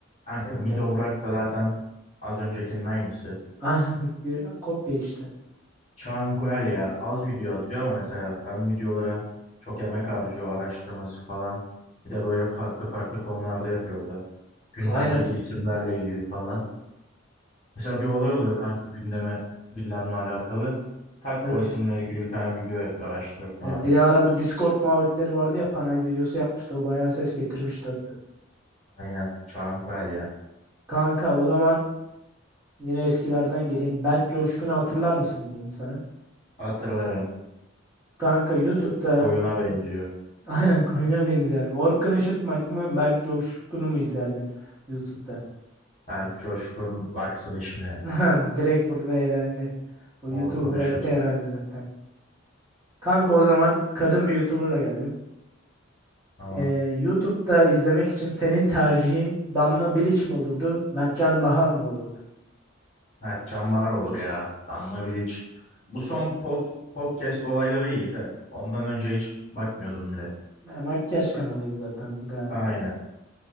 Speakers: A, on the left; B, on the right.
A: Kanka
B: Senin
A: Mido
B: tercihin
A: Burak da zaten az öncekinin aynısı.
B: Aynen <laughs> bir kopya işte.
A: Charm Coel ya az video atıyor ama mesela hem videolara çok emek harcıyor araştırması falan. Bir de böyle farklı farklı konularda yapıyor o da. Gündemdeki
B: Aynen.
A: isimlerle ilgili falan. Mesela bir olay oluyor kanka gündeme gündemle alakalı. Tak
B: Evet.
A: o isimle ilgili bir tane video yapıyor araştırıp falan.
B: E, Bir ara bu Discord muhabbetleri vardı ya panel videosu yapmıştı. O bayağı ses getirmişti hatta.
A: Aynen. Çağrı Koyalya.
B: Kanka o zaman yine eskilerden geleyim. Berk Coşkun'u hatırlar mısın diyeyim sana.
A: Hatırlarım.
B: Kanka YouTube'da
A: Ko- koyuna benziyor.
B: <laughs> aynen konuya benziyorum. Orkun Işıtmak mı Berk Coşkun'u mu izlerdin YouTube'da?
A: Berk Coşkun baksın işine.
B: <laughs> Direkt burada eğlendi. O
A: Orkun
B: YouTube bıraktı
A: Işıt
B: herhalde
A: bak.
B: zaten. Kanka o zaman kadın bir YouTuber'la geldim.
A: Aman.
B: Ee, YouTube'da izlemek için senin tercihin Damla Bilic mi olurdu? Mertcan Bahar mı olurdu?
A: Erkcan var olur ya. Danla Bilic. Bu son pod- podcast olayları iyi de ondan önce hiç bakmıyordum bile.
B: Ya, makyaj kanalıydı zaten. gal-
A: Aynen.